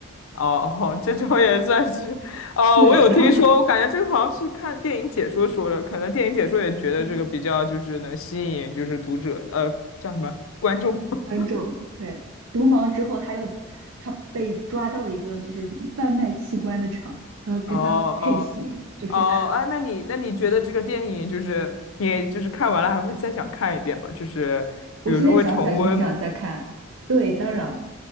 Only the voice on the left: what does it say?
哦哦，这种也算是，呃，
我有听说，
我感觉这个好像是看电影解说说的，可能电影解说也觉得这个比较就是能吸引就是读者，
呃，叫什么观众。<laughs>
哦哦
哦，哎，那你那你觉得这个电影就是你就是看完了还会再想看一遍吗？就是比如说会重温吗？